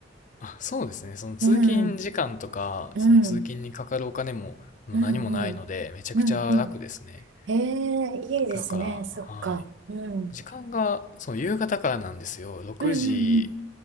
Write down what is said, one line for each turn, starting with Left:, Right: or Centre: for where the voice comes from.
Left: あ、そうですね。その通勤時間とか、
Right: うん、うん、
Left: その通勤にかかるお金も、もう何もないので、
Right: うん、うん、
Left: めちゃくちゃ楽ですね。
Right: うん、うん。へえ、いいですね。
Left: だから、
Right: そっか。
Left: はい。
Right: うん、
Left: 時間が、そう、夕方からなんですよ。6時
Right: うん、うん、